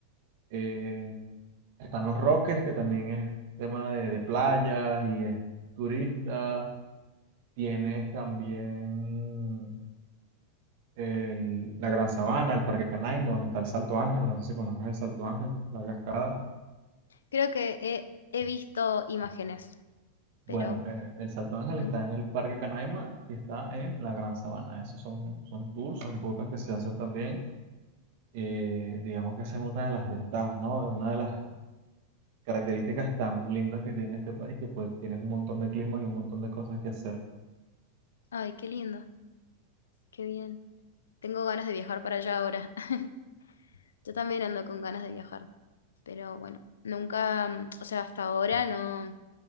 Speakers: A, on the right (about 50°); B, on the left (about 65°).
A: Eh, están los Roques, que también es tema de, de playas y es turista. Tienes también el- la Gran Sabana, el Parque Canaima, donde está el Salto Ángel. No sé si conozcas el Salto Ángel, la cascada.
B: Creo que he, he visto imágenes,
A: Bueno,
B: pero...
A: eh, el Salto Ángel
B: ujú.
A: está en el Parque Canaima, que está en la Gran Sabana. Esos son, son tours, son rutas que se hacen también. Eh, digamos que esa es una de las ventajas, ¿no? Una de las características tan lindas que tiene este país, que pues tienes un montón de climas y un montón de cosas que hacer.
B: Ay, qué lindo, qué bien. Tengo ganas de viajar para allá ahora. <laughs> Yo también ando con ganas de viajar, pero bueno, nunca, mm, o sea, hasta ahora no,